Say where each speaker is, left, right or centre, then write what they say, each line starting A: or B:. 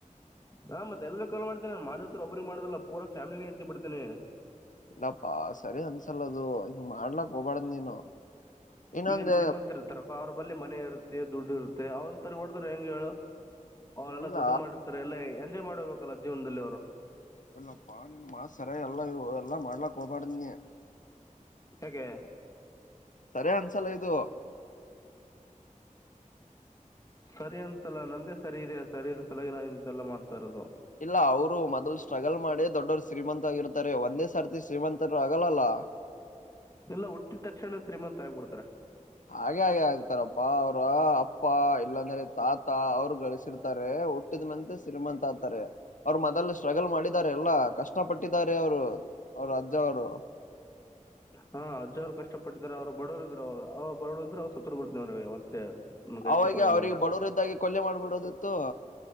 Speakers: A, on the left; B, on the left.
A: ಹಾ ಮತ್ತೆ ಎಲ್ಲರ ಕಲ್ ಮಾಡತೇನೆ ಮಾಡಿದ್ರೆ ಒಬ್ರಿಗೆ ಮಾಡುದಲ್ಲ ಪೂರಾ ಫ್ಯಾಮಿಲಿ ಎತ್ತಿ ಬಿಡ್ತೇನೆ
B: ಇಲ್ಲಪ್ಪಾ ಸರಿ ಅನ್ಸಲದು ಹಿಂಗ ಮಾಡ್ಲಕ್ ಹೋಗಬಾಡ್ದ್ ನೀನು ಇನ್ನೊಂದ್
A: ಈಗ ಶ್ರೀಮಂತ ಇರ್ತಾರಪ್ಪ ಅವರ ಬಳಿ ಮನೆ ಇರುತ್ತೆ ದುಡ್ಡು ಇರುತ್ತೆ ಅವಂತಥರ ಹೊೋಡದ್ರೆ ಹೆಂಗ ಹೇಳು ಅವರೆಲ್ಲ
B: ಇಲ್ಲ
A: ದುಡ್ಡು ಮಾಡಿ ಈರ ಎಲ್ಲ ಎಂಜಾಯ್ ಮಾಡ ಹೋಗಬೇಕಲ್ಲ ಜೀವನದಲ್ಲಿ ಅವ್ರು
B: ಎಲ್ಲ ಪನ್ ಮಾಸ್ ಸರ ಎಲ್ಲ ಎಲ್ಲ ಮಾಡ್ಲಾಕ್ ಹೋಗಬಾರಡ್ದನಿ
A: ಯೆ
B: ಸರಿ ಅನ್ಸಲ್ಲ ಇದು
A: ಸರಿ ಅಂತಲ್ಲ ನಂದೇ ಸರಿ ಇದೆ ಸರಿ ಇದೆ ಸಲಾಗಿ ನಾ ಇಂತೆಲ್ಲಾ ಮಾಡ್ತಾ ಇರೋದು
B: ಇಲ್ಲ ಅವ್ರು ಮೊದ್ಲು ಸ್ಟ್ರಗಲ್ ಮಾಡೆ ದೊಡ್ಡವರು ಶ್ರೀಮಂತ ಆಗಿರ್ತಾರೆ ಒಂದೇ ಸರ್ತಿ ಶ್ರೀಮಂತರು ಆಗಲ್ಲಲ್ಲಾ
A: ಎಲ್ಲ ಒಟ್ಟಿದ ತಕ್ಷಣ ಶ್ರೀಮಂತತ್ ತಾಯ್ಬ ಬಿಡ್ತಾರೆ
B: ಹಾಗೆ ಹಾಗೆ ಆಗ್ತಾರಪ್ಪಾ ಅವ್ರ ಅಪ್ಪ ಇಲ್ಲಾಂದ್ರೆ ತಾತ ಅವರು ಗಳಸಿರ್ತಾರೆ ಹಟ್ಟ ಮ ಸಿ್ರಮಂತ ಆತಾರೆ ಅವ್ರು ಮೊದಲ್ ಸ್ಟ್ರಗಲ್ ಮಾಡಿದ್ದಾರೆ ಎಲ್ಲಾ ಕಷ್ಟ ಪಟ್ಟಿದ್ದಾರೆ ಅವ್ರು ಅವರು ಅಜ್ಜ ಅವರು
A: ಹಾ ಅಜ್ ಅವರು ಕಷ್ಟ ಪಟ್ಟಿದ್ರೆ ಅವ್ರು ಬಡವರು ಇದ್ರು ಅವಾಗ ಅವ ಬರಡ ಇದ್ರರು ಅವಾಗ ಸತ್ತರ್ ಬಿಡ್ತನವಿಗೆ ಮತ್ತೆ ನನ್ನ ಕೈ
B: ಅವಾಗ
A: ಸಿಕ್ಕಿದ್ರಂದ್ರೆ
B: ಅವ್ರಿಗೆ ಬಡವರ ಇದ್ದಾಗಿ ಕೊಲ್ಲ ಮಾಡ್ಬಿಡೋದಿತ್ತು